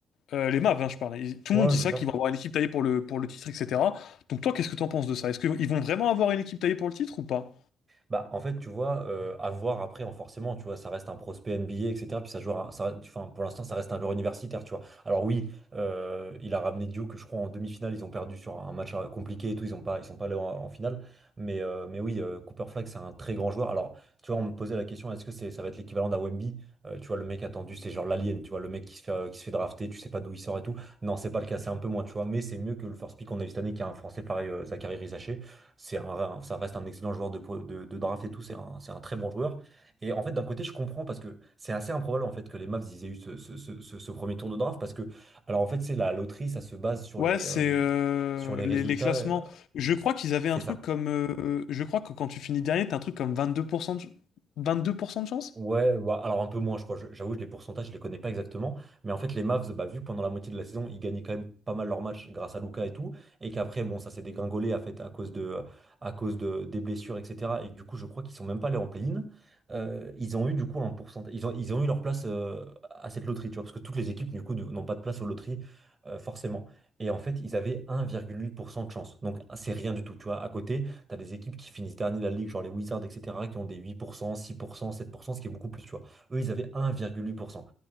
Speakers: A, on the left; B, on the right.
A: Euh, les Mavs, hein, je parlais. Tout
B: ouais,
A: le monde dit
B: ouais, bien
A: ça,
B: sûr.
A: qu'ils vont avoir une équipe taillée pour le, pour le titre, etc. Donc toi, qu'est-ce que t'en penses de ça? Est-ce qu'ils vont vraiment avoir une équipe taillée pour le titre ou pas?
B: Bah, en fait, tu vois, euh, à voir après, en forcément, tu vois, ça reste un prospect NBA, etc. Puis ça joue, un- ça, enfin, pour l'instant, ça reste un joueur universitaire, tu vois. Alors oui, euh, il a ramené Duke, je crois, en demi-finale, ils ont perdu sur un match euh, compliqué et tout, ils ont pas, ils sont pas allés en, en finale. Mais, euh, mais oui, euh, Cooper Flag, c'est un très grand joueur. Alors, tu vois, on me posait la question, est-ce que c'est, ça va être l'équivalent d'un Wemby? Euh, tu vois, le mec attendu, c'est genre l'alien, tu vois, le mec qui se fait, euh, qui se fait drafter, tu sais pas d'où il sort et tout. Non, c'est pas le cas, c'est un peu moins, tu vois, mais c'est mieux que le first pick qu'on a eu cette année, qui a un Français pareil, euh, Zachary Rizaché. C'est un, ça reste un excellent joueur de, de, de draft et tout, c'est un, c'est un très bon joueur. Et en fait, d'un côté, je comprends parce que c'est assez improbable en fait que les Mavs ils aient eu ce, ce, ce, ce- ce premier tour de draft parce que, alors en fait, c'est la loterie, ça se base sur
A: Ouais,
B: les,
A: c'est
B: euh,
A: euh,
B: sur les
A: les,
B: résultats.
A: les classements.
B: euh,
A: Je crois qu'ils avaient
B: C'est
A: un truc
B: ça.
A: comme... euh, je crois que quand tu finis dernier, t'as un truc comme 22% de, ch- 22% de chance.
B: Ouais, bah, alors un peu moins, je crois. Je- J'avoue, les pourcentages, je les connais pas exactement. Mais en fait, les Mavs, bah, vu que pendant la moitié de la saison, ils gagnaient quand même pas mal leurs matchs grâce à Luka et tout, et qu'après, bon, ça s'est dégringolé à, fait, à cause de, à cause de, des blessures, etc. Et que du coup, je crois qu'ils sont même pas allés en play-in. Euh, ils ont eu du coup un pourcentage. Ils ont, ils ont eu leur place euh, à cette loterie, tu vois, parce que toutes les équipes, du coup, ne- n'ont pas de place aux loteries, euh, forcément. Et en fait, ils avaient 1,8% de chance. Donc, c'est rien du tout, tu vois. À côté, T'as des équipes qui finissent dernier de la ligue, genre les Wizards, etc., qui ont des huit pour pour cent cent six pour cent, sept pour cent ce qui est beaucoup plus, tu vois. Eux, ils avaient 1,8%.